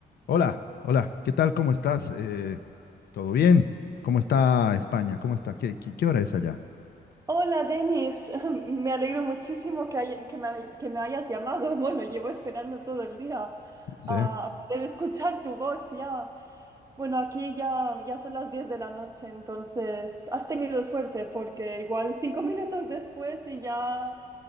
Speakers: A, on the left; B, on the right.
A: Hola, hola, ¿qué tal? ¿Cómo estás? Eh, ¿todo bien? ¿Cómo está España? ¿Cómo está? ¿Qué, qué, qué hora es allá?
B: Hola, Denis. <laughs> Me alegro muchísimo que, haya- que, me, hay- que me hayas llamado. <laughs> Bueno, llevo esperando todo el día
A: ¿Sí?
B: a, a poder escuchar tu voz ya. Bueno, aquí ya, ya son las 10 de la noche, entonces has tenido suerte porque igual cinco <laughs> minutos después y ya